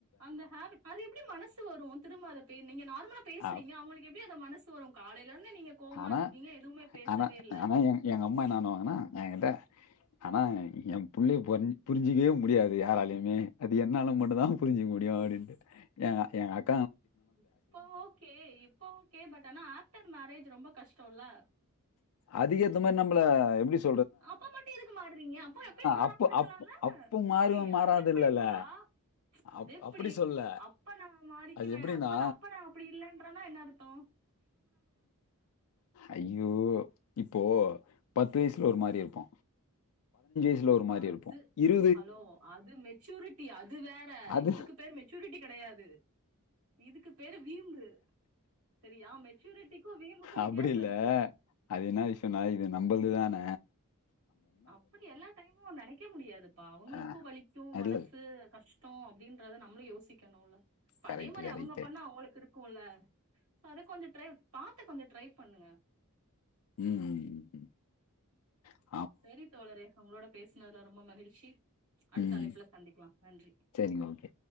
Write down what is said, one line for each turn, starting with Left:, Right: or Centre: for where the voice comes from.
Right: அந்த ஹேபி அது எப்டி மனசு வரு திரும்ப அத பே நீங்க நார்மலா பேசுறீங்க
Left: அ
Right: அவங்களுக்கு எப்டி அந்த மனசு வரு காலைலர்ந்து நீங்க கோவமா
Left: ஆனா
Right: இருந்துருக்கீங்க எதுமே பேசவே
Left: ஆனா
Right: இல்ல
Left: ஆனா எங் எங்க அம்மா என்ன பண்ணுவாங்கன்னா என்கிட்ட ஆனா ஏன் புள்ளைய பொர் புரிஞ்சிக்கவே முடியாது யாராலயுமே அது என்னால மட்டுந்தா புரிஞ்சிக்க முடியு அடின்ட்டு ஏங்க ஏங் அக்
Right: இப்ப ஓகே இப்ப ஓகே பட் ஆனா ஆஃப்டர் மேரேஜ் ரொம்ப கஷ்டொல்ல
Left: அதுக்கேத்த மாரி நம்ள எப்டி சொ
Right: அப்ப மட்டு எதுக்கு மார்றீங்க அப்ப அப்பயு மாறாம
Left: அப்ப
Right: இருக்கலால
Left: அப் அப்ப மாறுவ
Right: அய்
Left: மாறாதில்லல்ல
Right: அது எப்டிப்பா அது
Left: அப்
Right: எப்டி
Left: அப்டி சொல்ல
Right: அப்ப நா மாறிக்குவே
Left: அது எப்டின்னா
Right: அப்ப நா அப்ப நா அப்டி இல்லன்றனா என்ன அர்த்தோ
Left: ஐயோ இப்போ பத்து வய்ஸ்ல ஒரு மாரி இருப்போ ல்ல ஒரு மாரி
Right: அது
Left: இருப்போ இரு
Right: ஹலோ அது மெச்சூரிட்டி அது வேற
Left: அது
Right: இதுக்கு பேரு மெச்சூரிட்டி கெடையாது இதுக்கு பேரு வீம்பு செரியா மெச்சூரிட்டிக்கு வீம்புக்கு
Left: அப்டி
Right: வித்தியாசொ
Left: இல்ல
Right: இருக்கு
Left: அது என்ன விஷயன்னா இது நம்புல்து தான
Right: அப்டி எல்லா டைமு நெனைக்க முடியாதுப்பா அவங்குளுக்கு
Left: ஆ
Right: வலிக்கு மனசு
Left: இல்ல
Right: கஷ்டொ அப்டின் கிறத நம்ளு யோசிக்கணுல இப்ப
Left: கரெக்ட்டு
Right: அதே மாரி
Left: கரெக்ட்டு
Right: அவங்க பண்ணா அவங்களுக்கு இருக் க்குல அத கொஞ்சோ ட்ரை பாத்து கொஞ்சோ ட்ரை பண்ணுங்க
Left: ம் ம் ம் ம்
Right: செரி தோழரே ஒங்ளோட பேஸ்னதுல ரொம்ப மகிழ்ச்சி அடுத்த
Left: ம்
Right: அழைப்புல சந்திக்கலா நன்றி
Left: சரிங்க ஓகே